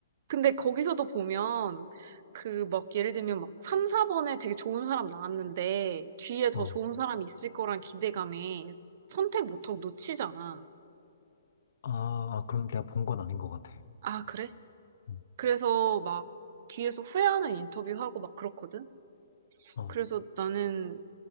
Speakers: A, on the right; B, on the left.
A: 근데 거기서도 보면 그 막 예를 들면 막 3, 4번에 되게 좋은 사람 나왔는데 뒤에 더
B: 어,
A: 좋은 사람이 있을 거란 기대감에 선택 못하고 놓치잖아.
B: 아, 아, 그럼 내가 본 건 아닌 것 같아.
A: 아, 그래?
B: 음,
A: 그래서 막 뒤에서 후회하는 인터뷰하고 막 그렇거든?
B: 어,
A: 그래서 나는